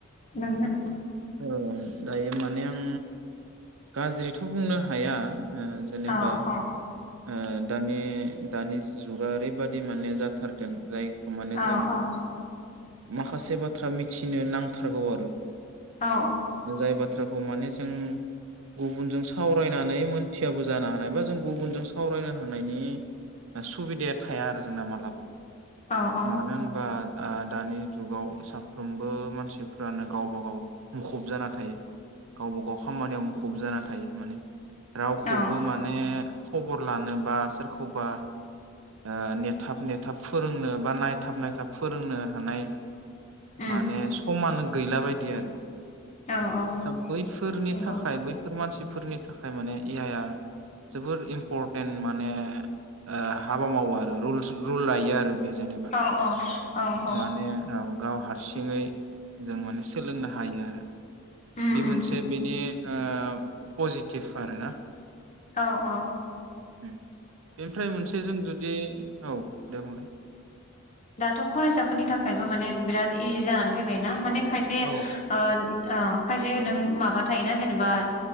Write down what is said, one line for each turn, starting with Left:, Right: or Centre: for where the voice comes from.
Left: नोंनो
Right: औ दायो माने आं गाज्रिथ' बुंनो हाया अ जेनेबा
Left: औ औ
Right: आं दानि दानि जुगा ओरैबादि माने जाथारदों जाय माने
Left: औ
Right: जों म
Left: औ
Right: माखासे बाथ्रा मिथिनो नांथारगौ आरो
Left: औ
Right: जाय बाथ्राखौ माने जों गुबुनजों सावरायनानै मोन्थियाबो जानो हानाय बा जों गुबुनजों सावरायनो हानायनि सुबिदाया थाया आरो जोंना मालाबा
Left: औ औ
Right: मानो होनबा आ दानि जुगाव साफ्रोमबो मानसिफ्रानो गावबा गाव मुखुब जाना थायो गावबा गाव खामानियाव मुखुब खुब जाना थायो माने रावखौबो
Left: औ
Right: माने खबर लानो बा सोरखौबा ओ नेथाब नेथाब फोरोंनो बा नायथाब नायथाब फोरोंनो हानाय
Left: उम
Right: माने समान गैला बायदि आरो
Left: औ औ
Right: दा बैफोरनि
Left: नंगौ
Right: थाखाय बै बे मानसिफोरनि थाखाय माने ए आइ आ जोबोर इम्परटेन्ट माने ओ हाबा मावो आरो रुल्स रुल लायो आरो बे जेनेबा
Left: औ औ औ औ
Right: माने औ गाव हार सिङै जों माने सोलोंनो हायो आरो।
Left: उम
Right: बे
Left: उम
Right: मोनसे
Left: उम
Right: बेनि ओ पजिटिभ आरो ना।
Left: औ अ'।
Right: उम बेनिफ्राय मोनसे जों जुदि, औ दे बुंलाय।
Left: दाथ' फरायसाफोरनि थाखायबो माने बिराद इजि जानानै फैबायना माने खायसे
Right: औ
Left: ओ ओ खायसे नों माबा थायोना जेनेबा